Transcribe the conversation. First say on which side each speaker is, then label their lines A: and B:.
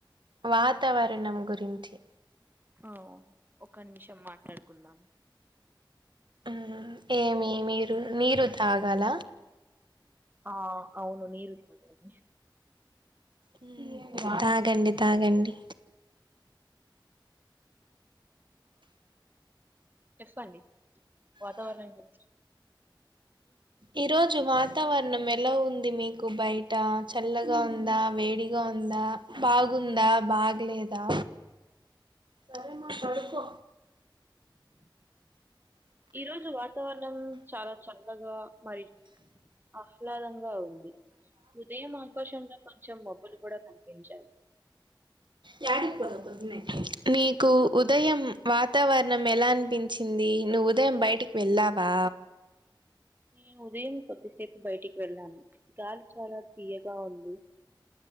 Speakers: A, on the right (about 70°); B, on the right (about 25°).
A: వాతావరణం గురించి
B: ఓ ఒక నిమిషం మాట్లాడుకుందాము
A: మ్మ్ ఏమే మీరు నీరు తాగాల
B: ఆ అవును నీరు ఉంటది కాదే
A: హ్మ్ తాగండి తాగండి
B: చెప్పండి వాతావరణం గురించి
A: ఈరోజు వాతావరణం ఎలా ఉంది మీకు బయట చల్లగా ఉందా వేడిగా ఉందా బాగుందా బాగ్లేదా సరే మా పడుకో
B: ఈరోజు వాతావరణం చాలా చల్లగా మరియు ఆహ్లాదంగా ఉంది ఉదయం ఆకాశంగా కొంచెం మబ్బులు కూడా కనిపించాయి
A: యాటికి పోదాం నీకు ఉదయం వాతావరణం ఎలా అనిపించింది నువ్వు ఉదయం బయటికి వెళ్ళావా
B: నేను ఉదయం కొద్దిసేపు బయటికి వెళ్ళాను గాలి చాలా తియ్యగా ఉంది